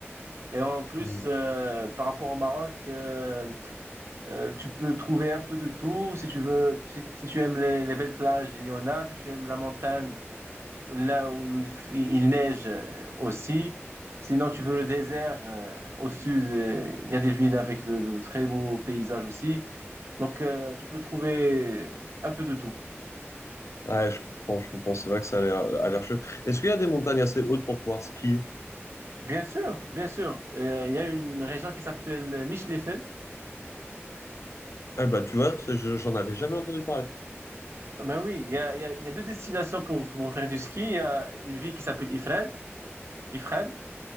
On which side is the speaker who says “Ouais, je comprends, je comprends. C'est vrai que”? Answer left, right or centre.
Left